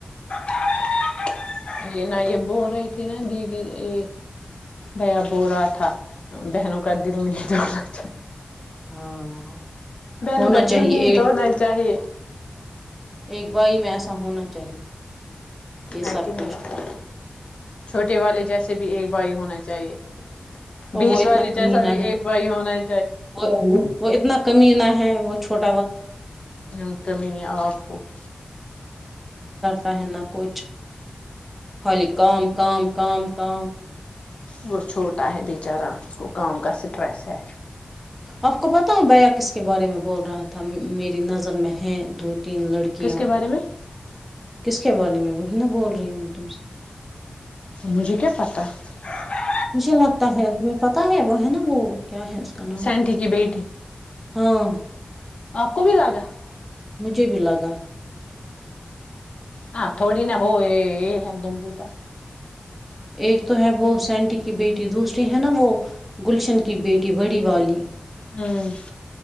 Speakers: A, on the left; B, in the centre.
A: <inaudible> یہ ن یہبوورائت نا دیدی ا بھیا بو رہا تھا بہنوں کا دل نہیں دوڑنا چاہے
B: ہاں
A: بہنوں
B: ہونا
A: کا دل
B: چاہیے
A: نہیں توڑنا ہی چاہیے
B: ایک بھائی میں ایسا ہونا چاہیے <unintelligible> یہ
A: ہے
B: سب
A: کہ نہیں
B: کچھ
A: چھوٹے والے جیسے بھی ایک بھائی ہونا چاہیے
B: اور
A: بیچ
B: وہ اتنا
A: والے
B: کمینہ
A: جیسا بھی
B: ہے
A: ایک بھائی ہونا ہے
B: وہ وہ اتنا کمی نہ <unintelligible> ہیں وہ چھوٹا <unintelligible>
A: ہ کمی نہیں آ آپو <unintelligible>
B: ت ن کچھ خالی کام کام کام کام
A: وہ چھوٹا ہے بچارہ اس کو کام کا اسٹریس ہے
B: آپ کو پتا ہے بیا کس کے بارے میں بول رہا تھا میری نظر میں ہے دھ تین لڑکیاں
A: کس کے
B: <unintelligible>
A: بارے میں
B: کس کے بارے میں وہی ن بول رہی ہوں میں تم سے
A: مجھے کے پتا <unintelligible>
B: مچھے لگتا ہے تمہیں پتتا ہے وہ ہے نا وہ کیا ہے اس کا نام
A: سینٹی کی بیٹی
B: ہاں <unintelligible>
A: آپ کو بھی لگا <unintelligible>
B: مجھے بھی لگا
A: ہاں تھوڑی نہ ب یہ دمپوتا
B: ایک تو ہے وہ سینٹی کی بیٹی دوسری ہے نا وہ گلشن کی بیٹی بڑی والی
A: ہاں <unintelligible>